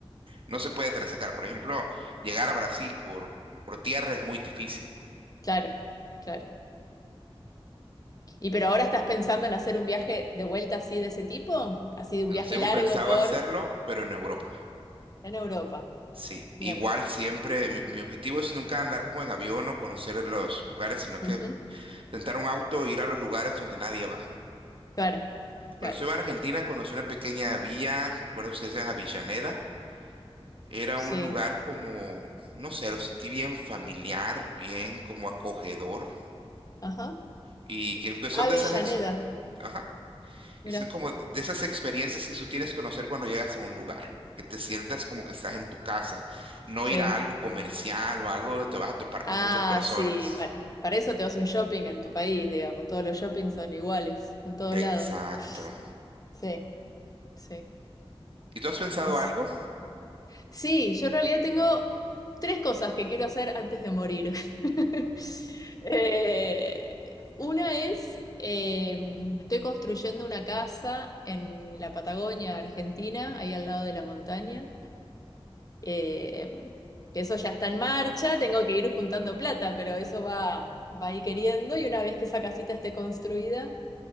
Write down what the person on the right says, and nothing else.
no se puede transitar. Por ejemplo, llegar a Brasil por, por tierra es muy difícil.
Luego
pensaba
hacerlo, pero en Europa.
Sí,
igual siempre, mi, mi objetivo es nunca andar como en avión o conocer los lugares, sino que
rentar un auto e ir a los lugares donde nadie va.
Cuando estuve en Argentina conocí una pequeña villa, me acuerdo que se llama Avellaneda. Era
un lugar como, no sé, lo sentí bien familiar, bien como acogedor.
Y que, que son
de esas, ex- ajá,
que son como de esas experiencias que tú tienes que conocer cuando llegas a un lugar. Que te sientas como que estás en tu casa. No
ir a algo comercial o algo donde te vas a topar
con muchas personas.
Exacto.
¿Y tú has pensado
algo?